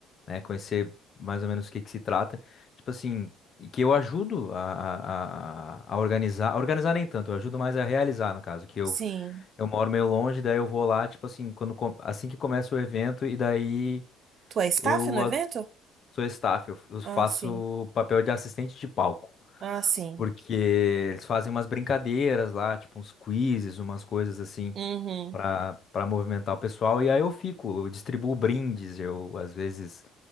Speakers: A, on the left; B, on the right.
A: né? Conhecer mais ou menos o que que se trata. Tipo assim, e que eu ajudo a, a, a a organizar. A organizar nem tanto, eu ajudo mais a realizar, no caso, que eu,
B: Sim.
A: eu moro meio longe, daí eu vou lá, tipo assim, quando, com- assim que começa o evento, e daí
B: Tu é staff
A: eu
B: no evento?
A: a- sou staff, eu, eu faço
B: Ah, sim.
A: papel de assistente de palco.
B: Ah, sim.
A: Porque eles fazem umas brincadeiras lá, tipo uns quizzes, umas coisas assim
B: Uhum.
A: para para movimentar o pessoal. E aí eu fico, eu distribuo brindes, eu às vezes